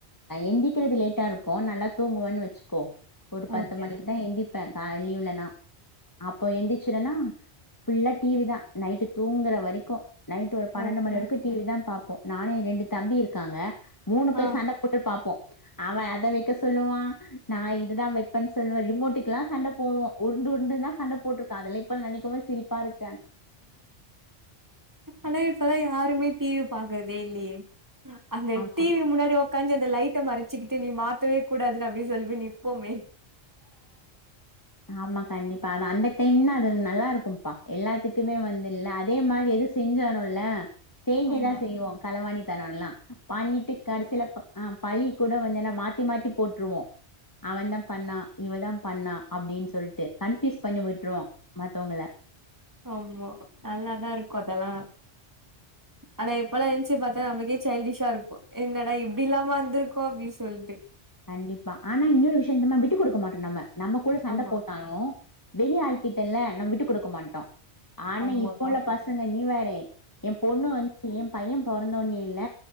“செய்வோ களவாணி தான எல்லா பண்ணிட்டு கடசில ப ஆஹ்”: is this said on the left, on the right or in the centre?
Left